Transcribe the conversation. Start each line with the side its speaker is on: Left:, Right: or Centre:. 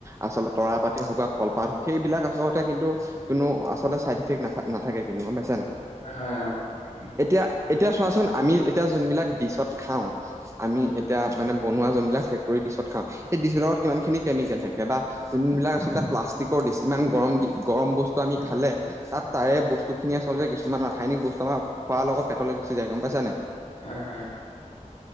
Right: আচলতে তৰা পাতি হওক বা কলপাত হওক সেইবিলাক আচলতে কিন্তু, কোনো আচলতে চাইডইফেক্ট না নাথাকে কিন্তু গম পাইছা নাই!
Left: হয়, হয়, অ', উম,
Right: এতিয়া এতিয়া চোৱাচোন আমি এতিয়া যোনবিলাক ডিচত খাওঁ! আমি
Left: উম,
Right: এতিয়া মানে বনোৱা যোনবিলাক ফেক্টৰী ডিছত খাওঁ সেই ডিচবিলাকত কিমান খিনি কেমিকেল থাকে বা, যোনবিলাক আচলতে প্লাষ্টিকৰ দিছ ইমান গৰম দি গৰম বস্তু আমি খালে! তাত তাৰে বস্তু খিনিয়ে আচলতে কিছুমান ৰাসায়নিক বস্তু আমাৰ খোৱাৰ লগত পেটলে গুচি যায় গম পাইছা নাই
Left: হয় হয় অ